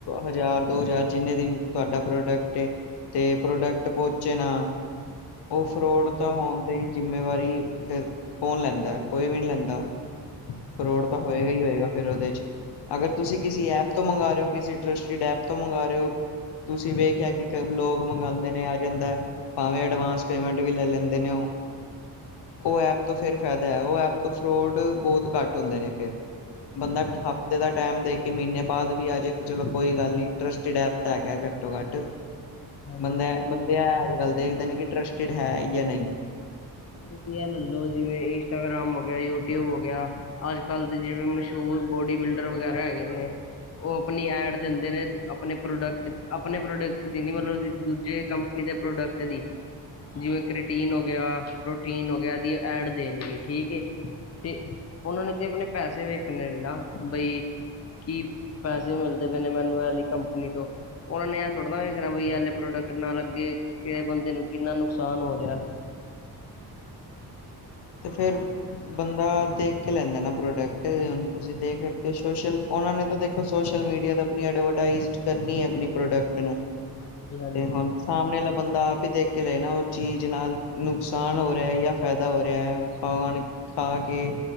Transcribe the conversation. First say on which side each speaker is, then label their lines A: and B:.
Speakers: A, on the left (about 80°); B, on the left (about 40°).
A: ਹਜ਼ਾਰ ਦੋ ਯਾਰ ਜਿੰਨੇ ਦੀ ਤੁਹਾਡਾ ਪ੍ਰੋਡਕਟ ਤੇ ਪ੍ਰੋਡਕਟ ਪਹੂਚੇ ਨਾ ਉਹ ਫਰੋਡ
B: ਹਾਂਜੀ
A: ਤਾਂ ਹੋਣ ਦੀ ਜਿੰਮੇਵਾਰੀ ਫਿਰ ਕੌਣ ਲੈਂਦਾ ਹੈ ਕੋਈ ਵੀ ਨਹੀਂ ਲੈਂਦਾ
B: ਹਾਂਜੀ
A: ਫਰੋਡ ਤਾਂ ਹੋਏਗਾ ਹੀ ਹੋਏਗਾ ਫਿਰ ੳਦੇ ਚ ਅਗਰ ਤੁਸੀਂ ਕਿਸੀ ਐਪ ਤੋਂ ਮੰਗਵਾ ਰਹੇ ਹੋ ਕਿਸੀ ਟਰਸਟਡ ਐਪ ਤੋਂ ਮੰਗਵਾ ਰਹੋ ਹੋ ਤੁਸੀਂ ਵੇਖਿਆ ਕਿ ਲੋਕ ਮੰਗਵਾਉਂਦੇ ਨੇ ਆ ਜਾਂਦਾ ਭਾਵੇਂ ਅਡਵਾਂਸ ਪੇਮੈਂਟ ਵੀ ਲੈ ਲੈਂਦੇ ਨੇ ਉਹ ਉਹ ਐਪ ਤੋਂ ਫਿਰ ਫਾਇਦਾ ਹੈ ਉਹ ਐਪ ਤੋਂ ਫਰੋਡ ਬਹੁਤ ਘੱਟ ਹੁੰਦੇ ਨੇ ਫਿਰ ਬੰਦਾ ਹਫਤੇ ਦਾ ਟਾਈਮ ਦੇ ਕੇ ਮਹੀਨੇ ਬਾਅਦ ਵੀ ਆ ਜਾਏ ਚਲੋ ਕੋਈ ਗੱਲ ਨਹੀਂ ਟਰਸਟਡ ਐਪ ਤੇ ਹੈਗਾ ਘੱਟੋ ਘਟ
B: <inaudible>
A: ਬੰਦੇ ਹੈ
B: ਹੁਣ
A: ਬੰਦੇ ਹੈ ਅੱਜ ਕੱਲ੍ਹ ਦੇਖਦੇ ਨੇ ਕਿ ਇੰਟਰਸਟਿਡ ਹੈ ਜਾਂ ਨਹੀਂ
B: ਤੁਸੀਂ ਇਹ ਲੈਲਓ ਜਿਵੇਂ ਇੰਸਟਾਗ੍ਰਾਮ ਹੋ ਗਿਆ ਯੂਟਿਊਬ ਹੋ ਗਿਆ ਅੱਜ ਕੱਲ ਦੇ ਜਿਵੇਂ ਮਸ਼ਹੂਰ ਬੋਡੀ ਬਿਲਡਰ ਵਗੈਰਾ ਹੈਗੇ ਨੇ ਉਹ ਆਪਣੀ ਐਡ ਦਿੰਦੇ ਨੇ ਆਪਣੇ ਪ੍ਰੋਡਕਟ ਆਪਣੇ ਪ੍ਰੋਡਕਟ ਦੀ ਨਹੀ ਮਤਲਬ ਦੂਜੇ ਕੰਮ ਦੇ ਪ੍ਰੋਡਕਟ ਦੀ ਜਿਵੇਂ ਕਰੀਟੀਨ ਹੋ ਗਿਆ ਪ੍ਰੋਟੀਨ ਹੋ ਗਿਆ ਏਦੀ ਐਡ ਦੇਣਗੇ ਠੀਕ ਹੈ ਤੇ ਉਹਨਾਂ ਨੇ ਤੇ ਆਪਣੇ ਪੈਸੇ ਵੇਖ ਨਾ ਬਈ ਕੀ ਪੈਸੇ ਮਿਲਦੇ ਪਏ ਨੇ ਮੈਨੂੰ ਇਹਲੀ ਕੰਪਨੀ ਤੋਂ ਓਨੇ ਐ ਥੋੜ੍ਹਾ ਨਾ ਵੇਖਣਾ ਬਈ ਏਨਾ ਪ੍ਰੋਡਕਟ ਨਾ ਲੱਗੇ ਕਿ ਬੰਦੇ ਨੂੰ ਕਿੰਨਾ ਨੁਕਸਾਨ ਹੋ ਰਿਆ
A: ਤੇ ਫੇਰ ਬੰਦਾ ਦੇਖ ਕੇ ਲੈਂਦਾ ਨਾ ਪ੍ਰੋਡਕਟ। ਹੁਣ ਤੁਸੀਂ ਦੇਖ ਸਕਦੇ ਹੋ ਸੋਸ਼ਲ ਉਹਨਾਂ ਨੇ ਤਾਂ ਦੇਖ ਸੋਸ਼ਲ ਮੀਡੀਆ ਤੇ ਆਪਣੀ ਐਡਵਰਟਾਈਜ਼ ਕਰਨੀ ਐ ਆਪਣੀ ਪ੍ਰੋਡਕਟ ਨੂੰ,
B: ਹਾਂਜੀ ਹਾਂਜੀ
A: ਤੇ ਹੁਣ ਸਾਮਣੇ ਅਲਾ ਬੰਦਾ ਆਪ ਈ ਦੇਖ ਕੇ ਲਏ ਨਾ ਉਹ ਚੀਜ਼ ਨਾਲ ਨੁਕਸਾਨ ਹੋ ਰਿਆ ਯਾ ਫ਼ਾਇਦਾ ਹੋ ਰਿਆ। ਖਾਣ ਖਾ ਕੇ